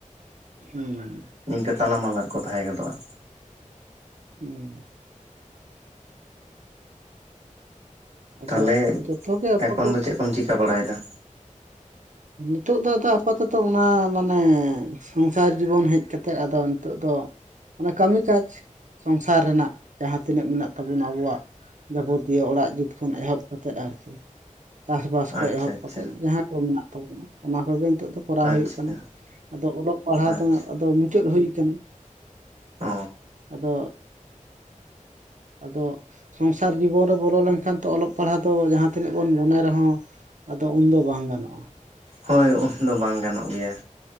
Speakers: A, on the right (about 65°); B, on the right (about 50°).
A: ᱦᱩᱸ
B: ᱱᱤᱝᱠᱟᱹ ᱛᱟᱞᱟᱢᱟᱞᱟ ᱨᱮᱠᱚ ᱛᱟᱦᱮᱸ ᱜᱚᱫᱚᱜᱼᱟ
A: ᱦᱩᱸ ᱟᱫᱚ
B: ᱛᱟᱦᱚᱞᱮ
A: ᱡᱚᱛᱚ ᱜᱮ ᱟᱵᱚ
B: ᱮᱠᱷᱚᱱ ᱫᱚ ᱪᱮᱜ ᱠᱚᱢ ᱪᱤᱠᱟᱹ ᱵᱟᱲᱟᱭᱮᱫᱟ
A: ᱱᱤᱛᱚᱜ ᱫᱚ ᱟᱫᱚ ᱟᱯᱟᱛᱚᱛᱚ ᱚᱱᱟ ᱢᱟᱱᱮ ᱥᱚᱝᱥᱟᱨ ᱡᱤᱵᱚᱱ ᱦᱮᱡ ᱠᱟᱛᱮᱜ ᱟᱫᱚ ᱱᱤᱛᱚᱜ ᱫᱚ ᱚᱱᱮ ᱠᱟᱹᱢᱤ ᱠᱟᱡᱽ ᱥᱚᱝᱥᱟᱨ ᱨᱮᱱᱟᱜ ᱡᱟᱦᱟᱸ ᱛᱤᱱᱟᱹᱜ ᱢᱮᱱᱟᱜ ᱛᱟᱵᱚᱱᱟ ᱟᱵᱚᱣᱟᱜ ᱡᱟᱵᱚᱛᱤᱭᱚ ᱚᱲᱟᱜ ᱡᱩᱛ ᱠᱷᱚᱱ ᱮᱦᱚᱵ ᱠᱟᱛᱮᱫ ᱟᱨᱠᱤ ᱪᱟᱥᱵᱟᱥ ᱠᱷᱚᱡ
B: ᱟᱪᱪᱷᱟ
A: ᱮᱦᱚᱵ
B: ᱟᱪᱪᱷᱟ
A: ᱠᱟᱛᱮᱡ ᱡᱟᱦᱟᱸ ᱠᱚ ᱢᱮᱱᱟᱜ ᱛᱟᱵᱚᱱᱟ ᱚᱱᱟ ᱠᱚᱜᱮ ᱱᱤᱛᱚᱜ ᱫᱚ ᱠᱚᱨᱟᱣ
B: ᱟᱪᱪᱷᱟ
A: ᱦᱩᱭᱩᱜ ᱠᱟᱱᱟ ᱟᱫᱚ ᱚᱞᱚᱜ ᱯᱟᱲᱦᱟᱜ
B: ᱟᱪᱪᱷᱟ
A: ᱫᱚ ᱟᱫᱚ ᱢᱩᱪᱟᱹᱫ ᱦᱩᱭ ᱠᱟᱱᱟ
B: ᱚ
A: ᱟᱫᱚ ᱟᱫᱚ ᱥᱚᱝᱥᱟᱨ ᱡᱤᱵᱚᱱ ᱨᱮ ᱵᱚᱞᱚ ᱞᱮᱱᱠᱷᱟᱱ ᱛᱚ ᱚᱞᱚᱜ ᱯᱟᱲᱦᱟᱜ ᱫᱚ ᱡᱟᱦᱟᱸ ᱛᱤᱱᱟᱹᱜ ᱵᱚᱱ ᱢᱚᱱᱮ ᱨᱮᱦᱚᱸ ᱟᱫᱚ ᱩᱱᱫᱚ ᱵᱟᱝ ᱜᱟᱱᱚᱜᱼᱟ।
B: ᱦᱳᱭ ᱩᱱᱫᱚ ᱵᱟᱝ ᱜᱟᱱᱚᱜ ᱜᱮᱭᱟ᱾